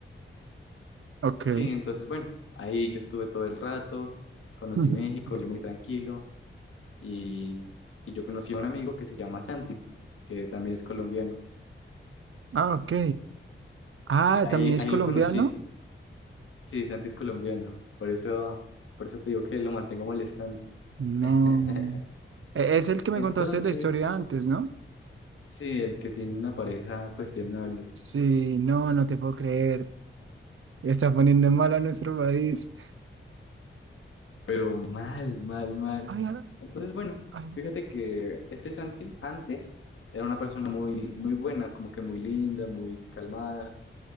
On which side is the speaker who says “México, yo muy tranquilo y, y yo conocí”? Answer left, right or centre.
Left